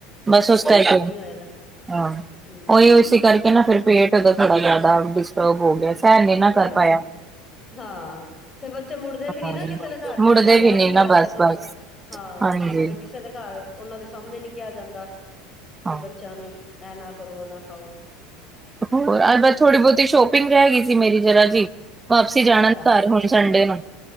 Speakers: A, on the left; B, on the right.
A: ਸਾਡੇ
B: ਬਸ ਉਸ
A: ਵੀ
B: ਕਰਕੇ
A: ਇੱਥੇ ਏਦਾਂ ਹੀ ਹੋਇਆ ਦਾ
B: ਹਾਂ
A: ਹਮ
B: ਓਹੀ ਉਸ ਕਰਕੇ
A: ਚਲੋ
B: ਨਾ ਫਿਰ ਪੇਟ ਥੋੜ੍ਹਾ ਜਿਆਦਾ ਡਿਸਟਰਬ ਹੋ ਗਿਆ ਸਹਿਣ ਨਹੀਂ ਨਾ ਕਰ
A: ਹਾਂਜੀ
B: ਪਾਇਆ।
A: ਹਾਂ ਫ ਬੱਚੇ ਮੁੜਦੇ
B: ਹਾਂਜੀ
A: ਵੀ ਨੀ ਨਾ ਕਿਸੇ ਦੇ ਘਰ
B: ਮੁੜਦੇ
A: ਜਾ ਕੇ ਕਿਹਾ
B: ਨੇ
A: ਵੀ ਨਹੀਂ
B: ਨਾ
A: ਜਾ
B: ਬਸ
A: ਸਕਦਾ।
B: ਬਸ
A: ਹਾਂ
B: ਹਾਂਜੀ
A: ਉਹਨਾਂ ਦੇ ਕਿਸੇ ਦੇ ਘਰ ਉਹਨਾਂ ਦੇ ਸਾਹਮਣੇ ਨੀ ਕਿਹਾ ਜਾਂਦਾ
B: ਹਾਂ
A: ਕਿ ਬੱਚਿਆਂ ਨੂੰ। ਇਹ ਨਾ ਕਰੋ ਉਹ ਨਾ ਖਾਓ।
B: ਹੋਰ
A: ਹਾਂ
B: ਮੈਂ ਥੋੜੀ ਬਹੁਤੀ ਸ਼ੋਪਿੰਗ। ਰਹਿ ਗਈ ਸੀ ਮੇਰੀ ਜਰਾ ਜੀ ਵਾਪਸੀ
A: ਅੱਛਾ
B: ਜਾਣ
A: ਅੱਛਾ ਠੀਕ
B: ਘਰ ਹੁਣ ਸੰਡੇ
A: ਹੈ
B: ਨੂੰ।